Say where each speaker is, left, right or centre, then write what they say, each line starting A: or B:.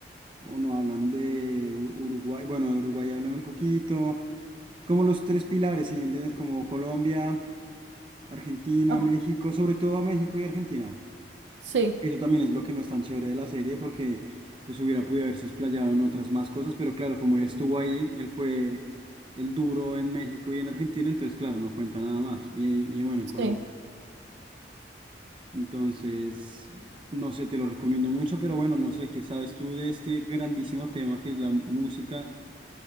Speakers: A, on the right; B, on the right.
A: o no hablan de Ur- Uruguay, bueno, de Uruguay hablan un poquito, como los tres pilares, si me entiendes, como Colombia, Argentina,
B: Ah,
A: México, sobre todo a México y Argentina.
B: sí,
A: Eso también es lo que no es tan chévere de la serie, porque pues hubiera podido haberse explayado en otras más cosas, pero claro, como él estuvo ahí, él fue el duro en México y en Argentina, entonces claro, no cuenta nada más. Y, y bueno, en Colombia.
B: sí.
A: Entonces, no sé, te lo recomiendo mucho, pero bueno, no sé, ¿qué sabes tú de este grandísimo tema que es la música